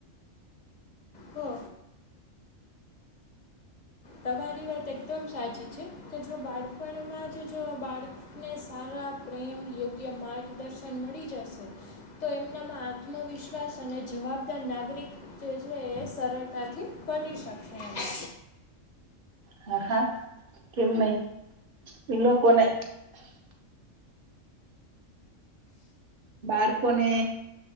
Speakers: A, on the left; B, on the right.
A: હો તમારી વાત એકદમ સાચી છે કે, જો બાળપણમાં જ જો બાળ ને સારા પ્રેમ, યોગ્ય માર્ગદર્શન મળી જશે તો એમનામાં આત્મવિશ્વાસ અને જવાબદાર નાગરિક જે છે એ સરળતાથી બની શકશે એમ.
B: હા હા કેમ નહી? એ લોકોને બાળકોને